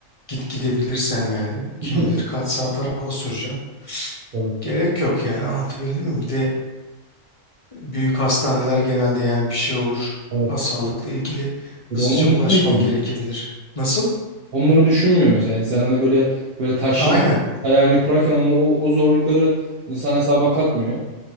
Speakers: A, on the left; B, on the right.
A: git gidebilirsen yani kim
B: <laughs>
A: bilir kaç saat araba süreceksin.
B: Tabii.
A: Gerek yok yani anlatabildim mi? Bir de büyük hastaneler genelde yani bir şey olur.
B: Evet.
A: Ha, sağlıkla ilgili
B: Bir
A: hızlıca
B: de onları
A: ulaşman
B: düşünmüyor.
A: gerekebilir. Nasıl?
B: Onları düşünmüyor mesela. İnsan hani böyle böyle taşların
A: Aynen.
B: hayalini kurarken onunla o, o zorlukları insan hesaba katmıyor.